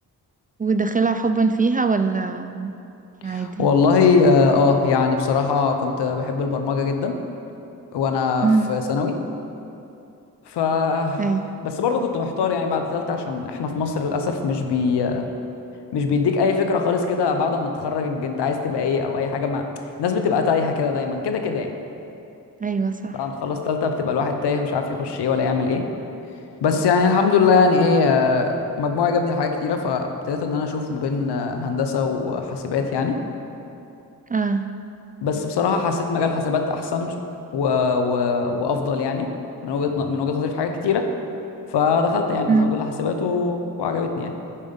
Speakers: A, on the right (about 20°); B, on the left (about 75°).
A: وداخلها حبا فيها ولا عادي
B: <laughs> والله اه آه، يعني بصراحه كنت بحب البرمجه جدا وانا
A: امم
B: في ثانوي ف
A: ايوه
B: بس برضو كنت محتار يعني بعد ثالثه عشان احنا في مصر للاسف مش بي مش بيديك اي فكره خالص كده بعد ما تتخرج انت عايز تبقى ايه او اي حاجه ما الناس بتبقى تايهه كده دايما كده كده يعني
A: ايوه صح
B: بعد ما تخلص تالتة بتبقى الواحد تايه مش عارف يخش ايه ولا يعمل ايه بس يعني الحمد لله يعني ايه آه، مجموعة جابني لحاجات كتيره فابتديت ان انا اشوف ما بين آه، هندسه وحاسبات يعني
A: اه
B: بس بصراحه حسيت مجال حاسبات احسن و... و... وافضل يعني من وجهه ن- من وجهه نظري في حاجات كتيره فدخلت يعني
A: امم
B: الحمد لله حاسبات و... وعجبتني يعني